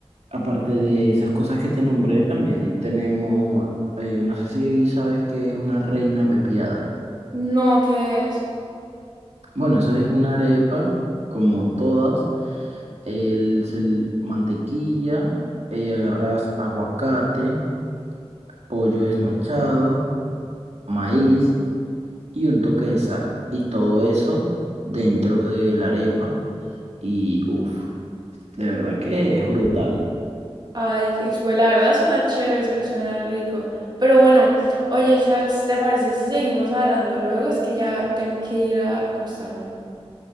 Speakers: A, on the right; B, on the right.
A: aparte de esas cosas que te nombré, también tenemos, eh, no sé si sabes qué es una reina pepiada.
B: no, que es.
A: Bueno, eso es una arepa, como todas, el, se l- mantequilla, eh, agarras aguacate, pollo desmechado, maíz y un toque de sal. Y todo eso dentro de la arepa y uff, de verdad que es brutal.
B: Ay, es- pues la verdad suena chévere, su- suena rico. Pero bueno, oye, Charles, ¿te parece si seguimos hablando luego? Es que ya tengo que ir a acostarme.